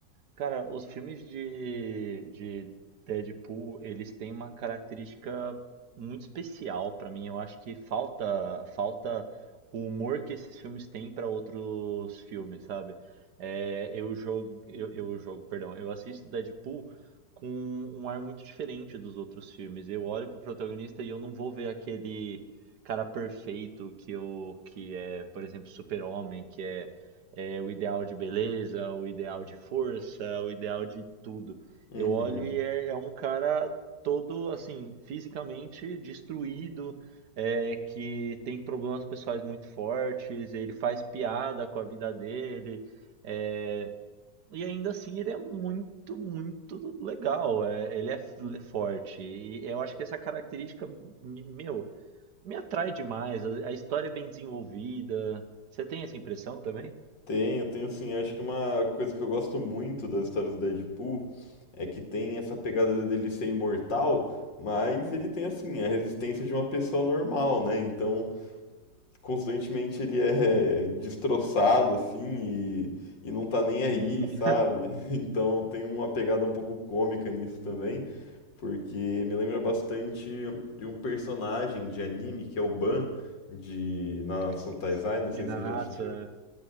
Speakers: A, on the right; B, on the left.
A: Cara, os filmes de, de Deadpool, eles têm uma característica muito especial pra mim. Eu acho que falta falta o humor que esses filmes têm pra outros filmes, sabe? É, eu jogo, eu, eu jogo, perdão, eu assisto Deadpool com um ar muito diferente dos outros filmes. Eu olho pro protagonista e eu não vou ver aquele cara perfeito que eu, que é, por exemplo, Super-Homem, que é é, o ideal de beleza, o ideal de força, o ideal de tudo.
B: Uhum.
A: Eu olho e é, é um cara todo assim, fisicamente destruído, é, que tem problemas pessoais muito fortes, ele faz piada com a vida dele, é, e ainda assim ele é muito, muito legal, é, ele é f- forte. E eu acho que essa característica, me- meu, me atrai demais. A a história é bem desenvolvida. Você tem essa impressão também?
B: Tenho, tenho sim. Acho que uma coisa que eu gosto muito das histórias do Deadpool é que tem essa pegada dele ser imortal, mas ele tem assim a resistência de uma pessoa normal, né? Então, constantemente ele é destroçado assim e, e não tá nem
A: Sim,
B: aí, sabe? <laughs> Então, tem uma pegada um pouco cômica nisso também, porque me lembra bastante de um personagem de anime que é o Ban de Nanatsu
A: <laughs>
B: no Taizai, não sei
A: de Nanatsu,
B: se você já assistiu.
A: é.